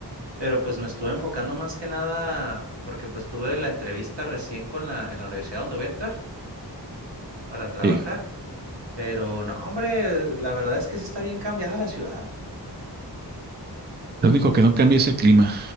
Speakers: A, on the right; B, on the right.
A: Pero, pues, me estuve enfocando más que nada porque, pues, tuve la entrevista recién con la en la universidad donde voy a entrar para trabajar.
B: Sí,
A: Pero no, hombre, la verdad es que sí está bien cambiada la ciudad.
B: lo único que no cambia es el clima.